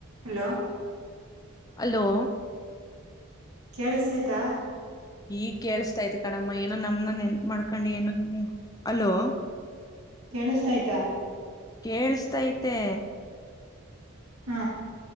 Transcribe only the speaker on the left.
Hello.
ಈಗ್ ಕೇೇಳಸ್ತಾಯ್ತ್ ಕಣಮ್ಮ ಏನೋ ನಮನ ನೆನಪ ಮಾಡ್ಕೊಂಡು ಏನ. ಹಲೋ.
ಕೇಳಸ್ತೈತೆ.